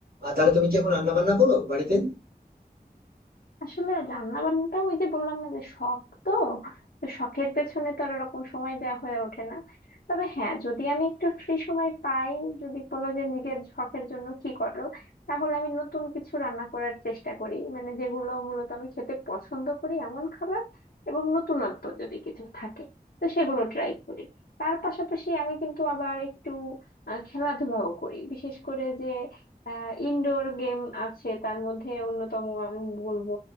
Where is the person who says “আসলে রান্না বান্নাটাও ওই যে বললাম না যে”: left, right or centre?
Left